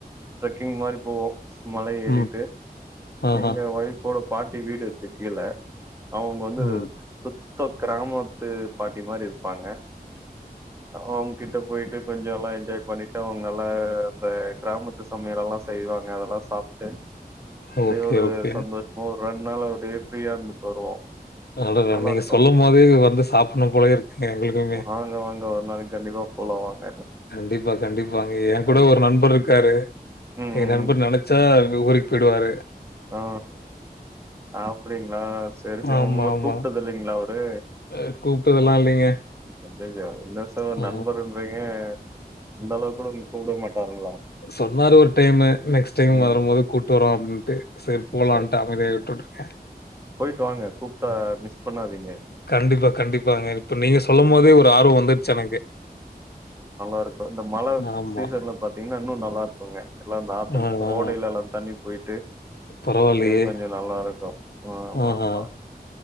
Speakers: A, on the right; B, on the left.
A: ட்ரெக்கிங் மாரி போவோ மலை ஏறிட்டு
B: ம். ஆஹா.
A: எங்க ஒய்ஃபோட பாட்டி வீடு இருக்கு கீழ அவுங் வந்து
B: ம்.
A: சுத்த கிராமத்து பாட்டி மாரி இருப்பாங்க ஒங் கிட்ட போய்ட்டு கொஞ்சோ எல்லா என்ஜாய் பண்ணிட்டு அவங்கெலா அந்த கிராமத்து சமையலெல்லா செய்வாங்க அதெல்லா சாப்ட்டேன்
B: <inaudible>
A: அப்டி ஒரு
B: ஓகே.
A: சந்தோஷ்மா ஒரு ரெண் நாள் அப்டியே ஃப்ரீயா இருந்துட்டு வருவோ
B: அடடா!
A: நல்லாருக்கோ
B: நீங்க சொல்லும்போதே வந்து சாப்பிடணும் போலயே இருக்குங்க எங்களுக்குமே.
A: ஒருநாள் இங்க வாங்க ஒரு நாளைக்கு கண்டிப்பா போலா வாங்க
B: கண்டிப்பா கண்டிப்பாங்க ஏங்கூட
A: ஆமா.
B: ஒரு நண்பருக்காரு
A: ம்,
B: எங்க
A: ம்,
B: நண்பர்
A: ம்.
B: நெனச்சா இங்க கூடிட் போய்டுவாரு
A: ஆ ஆப்டிங்களா செரி செ
B: ஆமா,
A: உங்கள
B: ஆமா.
A: கூப்ட்டதில்லைங்களா அவரு
B: அ கூப்ட்டதெல்லா இல்லைங்க
A: அய்யய்யோ இன்ன சோ
B: ஆ
A: நண்பருன்றீங்க அந்த அளவு கூட உங்கள கூப்டே மாட்டாருங்களா
B: சொன்னாரு ஒரு டைமு நெக்ஸ் டைம்
A: ம்.
B: வரும் போது கூட்டு வரோ அப்டின்ட்டு செர் போலான்ட்டு
A: சரி.
B: அவே கை விட்டு வுட்டுட்ட
A: போயிட்டு வாங்க கூப்ட்டா மிஸ் பண்ணாதீங்க
B: கண்டிப்பா கண்டிப்பாங்க இப்ப நீங்க சொல்லும்
A: ஆமா.
B: போதே ஒரு ஆர்வோ வந்துர்ச்சு எனக்கு
A: நல்லாருக்கு இந்த மழ
B: ஆமா.
A: சீசன்ல பாத்தீங்கன்னா இன்னு நல்லாருக்குங்க எல்லா தாத்தல்
B: ஆ,
A: இந்த
B: ஆ.
A: ஓடையில எல்லா தண்ணி போயிட்டு
B: பரவாயில்லையே!
A: அப்டியே நல்லாருக்கூ ஆமாமா
B: ஆஹா.